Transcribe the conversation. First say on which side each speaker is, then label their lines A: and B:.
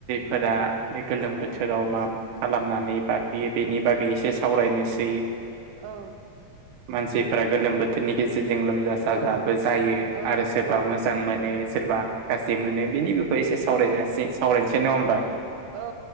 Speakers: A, on the right (about 70°); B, on the right (about 85°).
A: फोरा बे गोलोम बोथोराव
B: औ
A: मा खालामनानै बारहोयो बेनि बागै एसे सावरायनोसै।
B: औ।
A: मानसिफोरा गोलोम बोथोरनि गेजेर जों लोमजा साजाबो
B: औ
A: जायो
B: औ
A: आरो सोरबा
B: नंगौ
A: मोजां मोनो सोरबा गाज्रि मोनो बेनि बो एसे सावरायजासै
B: औ
A: सावरायनोसै नङा होनबा?
B: औ